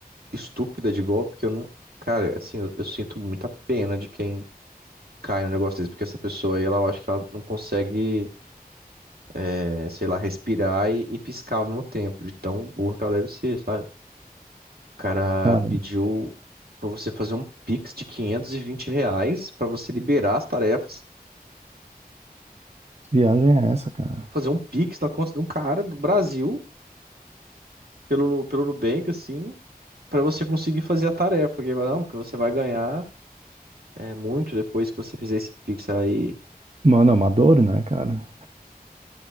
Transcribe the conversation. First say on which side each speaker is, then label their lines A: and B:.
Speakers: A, on the right (about 80°); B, on the right (about 40°).
A: estúpida de golpe que eu não. Cara, assim, eu, eu sinto muita pena de quem cai no negócio desse, porque essa pessoa aí, ela eu acho que ela não consegue, é, sei lá, respirar e, e piscar ao mesmo tempo, de tão burra que ela deve ser, sabe? cara
B: Cara,
A: pediu pra você fazer um Pix de 520 reais pra você liberar as tarefas,
B: que viagem é essa, cara?
A: fazer um Pix na conta de um cara do Brasil, pelo, Nu- pelo Nubank, assim, pra você conseguir fazer a tarefa. Porque, não, porque você vai ganhar é, muito depois que você fizer esse Pix aí.
B: Mano, amador, né, cara?